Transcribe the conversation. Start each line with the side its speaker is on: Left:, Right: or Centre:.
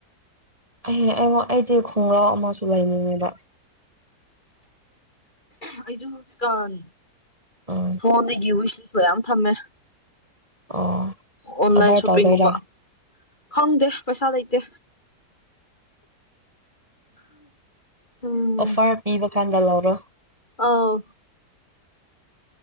Right: ꯑꯩꯍꯦ ꯑꯩꯉ ꯑꯩꯖꯦ ꯈꯣꯡꯒ꯭ꯔꯥꯎ ꯑꯃꯁꯨ ꯂꯩꯅꯤꯡꯉꯦꯕ
Left: ꯑꯩꯖꯨꯀꯥꯟ
Right: ꯎꯝ
Left: ꯐꯣꯟꯗꯒꯤ ꯋꯤꯁꯂꯤꯁ ꯃꯌꯥꯝ ꯊꯝꯃꯦ
Right: ꯑꯣ
Left: ꯑꯣꯟꯂꯥꯏꯟ
Right: ꯑꯣꯗꯔ
Left: ꯁꯣꯞꯄꯤꯡꯒꯨꯝꯕ
Right: ꯇꯧꯗꯣꯏꯔꯥ
Left: ꯈꯪꯗꯦ ꯄꯩꯁꯥ ꯂꯩꯇꯦ ꯎꯝ
Right: ꯑꯣꯐꯔ ꯄꯤꯕ ꯀꯥꯟꯗ ꯂꯧꯔꯣ
Left: ꯑꯥꯎ